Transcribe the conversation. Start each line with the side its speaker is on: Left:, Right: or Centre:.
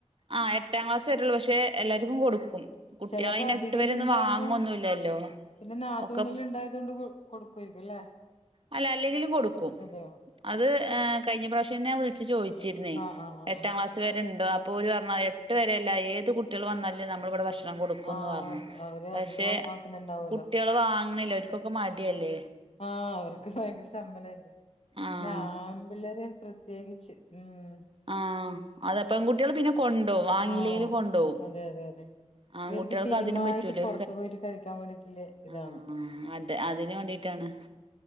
Right: ആ എട്ടാം ക്ലാസ് വരുള്ളൂ പക്ഷെ എല്ലാർക്കും കൊടുക്കും കുട്ടികള്
Left: ചെിലപ്പോ
Right: അയിന്
Left: അധികല്ലാം
Right: എട്ട് വരെ ഒന്നും
Left: ഉണ്ടകുമ്പോ
Right: വാങ്ങൊന്നുല്ലല്ലോ
Left: പിന്നെ നാതൂനല്ലാം
Right: ഒക്കെ
Left: ഇണ്ട അതുകൊണ്ട് കൊടുക്കുമായിരിക്കും അല്ലേ
Right: അല്ല അല്ലെങ്കിലും കൊടുക്കും
Left: അതെയോ
Right: അത് കഴിഞ്ഞ പ്രാവശ്യം ഞാൻ വിളിച്ചു ചോദിച്ചു
Left: ആഹ് ആഹ് ആഹ്
Right: എട്ടാം ക്ലാസ് വരെ ഉണ്ട അപ്പോ ഒരുര് പറഞ്ഞാൽ എട്ട് പരെയല്ല ഏത് കുട്ടികൾും വന്നാലേ നമ്മളിവിടെ ഭക്ഷ ഭക്ഷണം കൊടുക്കുംന്ന്
Left: ആഹ്
Right: പറഞ്ഞു
Left: ആഹ് അവര്
Right: പക്ഷെ
Left: അധികം ആക്കുന്നുണ്ടാവല്ലോ
Right: കുട്ടികള് വാങ്ങണില്ല ഒരിക്കൊക്കെ മടിയല്ലേ
Left: ആഹ് അവർക്ക് ഭയങ്കര സമ്പളമായിരുന്നു
Right: ആഹ്
Left: പിന്നെ ആമ്പിള്ളേര് പ്രത്യേകിച്ച് ഉം
Right: ആ് അതപ്പ കുട്ടികള് പിന്നെ കൊണ്ടപോും വാങ്ങല്ലെങ്കിലും
Left: ആഹ്
Right: കൊണ്ടോവും
Left: അതെ അതെ അതെ
Right: ആ
Left: ഇവർക്ക്
Right: കുട്ടികൾക്ക്
Left: ടീമായിട്ട്
Right: അതിനും പറ്റൂല
Left: പുറത്തു പോയിട്ട് കഴിക്കാൻ വേണ്ടിട്ടുള്ള ഇതാണ്
Right: ആ അത അതിന് വേണ്ടിട്ടാണ്